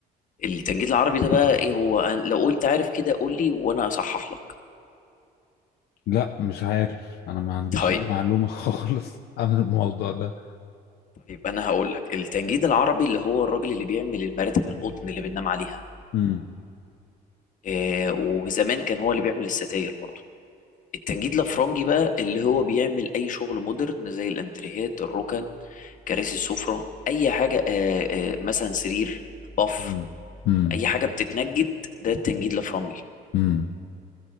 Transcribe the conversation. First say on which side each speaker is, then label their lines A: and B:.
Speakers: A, on the left (about 50°); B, on the left (about 70°).
A: التنجيد العربي ده بقى ايه هو أنا- لو قلت عارف كده قول لي وانا اصحح لك
B: لا مش عارف انا ما عنديش
A: طيب
B: اي معلومة <laughs> خالص عن الموضوع ده
A: طيب انا هقول لك التنجيد العربي اللي هو الراجل اللي بيعمل المراتب القطن اللي بننام عليها
B: امم
A: آه وزمان كان هو اللي بيعمل الستاير برضه التنجيد الافرنجي بقى اللي هو بيعمل اي شغل مودرن زي الانتريهات الركن كراسي السفرة أي حاجة آه، آه، مثلا سرير بف
B: امم امم
A: أي حاجة بتتنجد ده التنجيد الأفرنجي
B: امم